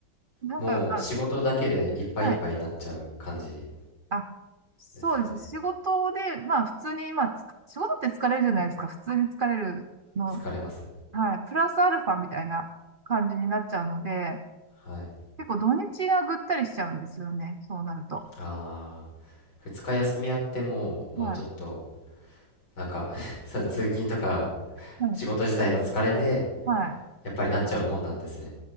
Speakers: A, on the right (about 80°); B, on the left (about 80°).
A: なんか、
B: もう仕事だけでいっぱいいっぱいになっちゃう感じ
A: あ、はい。あ、そうです。
B: ですかね。
A: 仕事で、まあ普通に、まあつ、仕事って疲れるじゃないですか。普通に疲れるの、
B: 疲れます。
A: はい。プラスアルファみたいな感じになっちゃうので、
B: はい。
A: 結構土日がぐったりしちゃうんですよね。そうなると。
B: ああ。2日休みあっても、もうちょっと、
A: はい。
B: なんか <laughs> その通勤とか
A: はい。
B: 仕事自体の疲れで、
A: はい。
B: やっぱりなっちゃうもんなんですね。